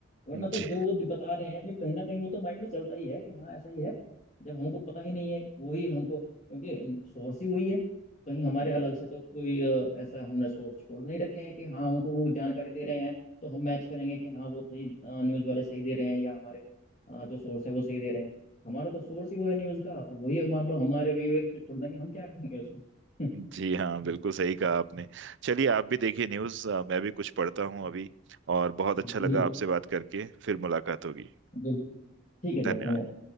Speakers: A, on the left; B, on the right.
A: वरना
B: <laughs>
A: तो
B: जी
A: जो वो बता रहे हैं फिर कहीं ना कहीं वो तो माइंड में चलता ही है कि हाँ ऐसा ही है जब हमको पता ही नहीं है वही हमको क्योंकि सोर्स ही वही है कहीं हमारे अलग से तो कोई अ, ऐसा हमने सोर्स छोड़ नहीं रखे हैं कि हाँ हमको वो जानकारी दे रहे हैं तो हम मैच करेंगे कि हाँ वो सही न्यूज़ वाले सही दे रहे हैं या हमारे अ, जो सोर्स है वो सही दे रहे हैं हमारा तो सोर्स ही वो है न्यूज़ का वही है, मान लो हमारे विवेक पे छोड़ देंगे हम क्या करेंगे उसमें <laughs>
B: जी हाँ बिल्कुल सही कहा आपने चलिए आप भी देखिए न्यूज़ अ, मैं भी कुछ पढ़ता हूँ अभी और बहुत अच्छा
A: जी
B: लगा आपसे बात करके फिर मुलाकात होगी
A: बिल्कुल ठीक है सर
B: धन्यवाद
A: धन्यवाद